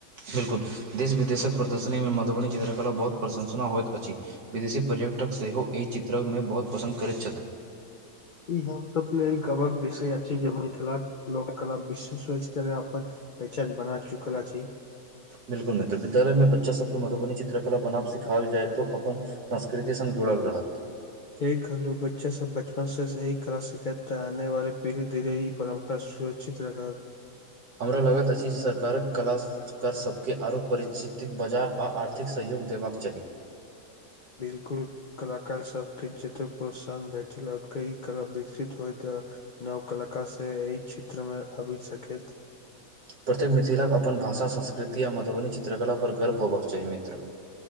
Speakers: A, on the right; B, on the left.
A: बिल्कुल देश विदेशक प्रदर्शनीमे मधुबनी चित्रकला बहुत प्रशंसना होइत अछि विदेशी पर्यटक सेहो एहि चित्रमे बहुत पसन्द करैत छथि
B: ई हम कम्प लेल गवक विषय अछि जे मिथिला लोक कला विश्व स्तरय अपन पेहचान बना चुकल अछि
A: बिल्कुल मित्र विद्यालय मे बच्चा सबके मधुबनी चित्रकला बनाब सिखायल जाय तऽ अपन संस्कृति संग जुड़ल रहत
B: एहि कहलू बच्चा सब बचपन से सहि करब सिखैबता आने वाले पीढ़ी धीरे ई परम बस सुरक्षित रखत
A: हमरा लगैत अछि जे सरकारक कलास सरकार सभके आरो परिचितिक बाजार आ आर्थिक सहयोग देबाक चाही
B: बिल्कुल कलाकार सबके जतेक प्रोत्साहन भेटल <unintelligible> ई कला विकसित होइत नव कलाका से एहि क्षेत्र मे आबि सकैत
A: प्रत्येक मिथिला अपन भाषा संस्कृति आ मधुबनी चित्रकलापर गर्व होयबाक चाही मित्र